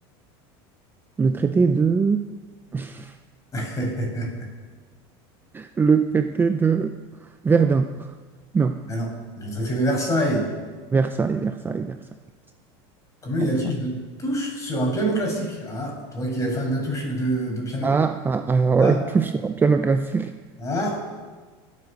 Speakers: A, on the right (about 15°); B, on the left (about 25°).
A: le traité de... <laughs>
B: <laughs>
A: Le traité de Verdun. Non,
B: Alors, le traité de Versailles.
A: Versailles, Versailles, Versailles.
B: Combien
A: Versailles.
B: y a-t-il de touches sur un piano classique? Ah, toi qui es fan de touches de, de piano.
A: Ah, ah, ah,
B: Ah,
A: ouais, tout sur un piano classique.
B: ah.